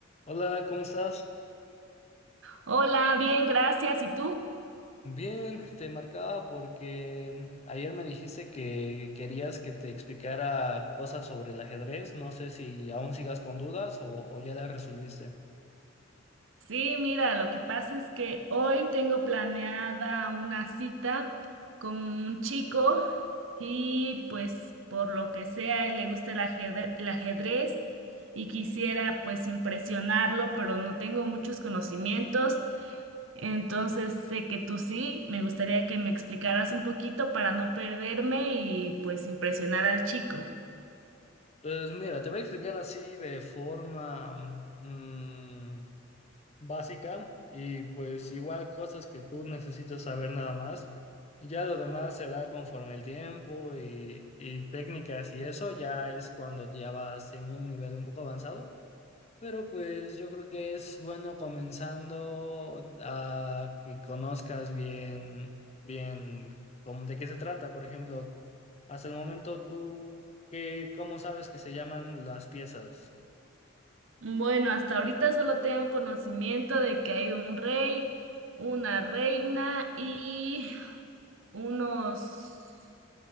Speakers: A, on the left (about 30°); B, on the right (about 70°).
A: Hola, ¿cómo estás?
B: Hola, bien, gracias. ¿Y tú?
A: Bien, te marcaba porque ayer me dijiste que querías que te explicara cosas sobre el ajedrez. No sé si aún sigas con dudas o, o ya las resolviste.
B: Sí, mira, lo que pasa es que hoy tengo planeada una cita con un chico y pues por lo que sea, él le gusta el ajedre- el ajedrez y quisiera pues impresionarlo, pero no tengo muchos conocimientos, entonces sé que tú sí, me gustaría que me explicaras un poquito para no perderme y pues impresionar al chico.
A: Pues mira, te voy a explicar así de forma mm, básica y pues igual cosas que tú necesitas saber nada más. Ya lo demás se da conforme el tiempo y, y técnicas y eso ya es cuando ya vas en un nivel un poco avanzado. Pero pues yo creo que es bueno comenzando a que conozcas bien, bien cómo- de qué se trata. Por ejemplo, hasta el momento tú, ¿qué, cómo sabes que se llaman las piezas?
B: Bueno, hasta ahorita solo tengo conocimiento de que hay un rey, una reina y unos,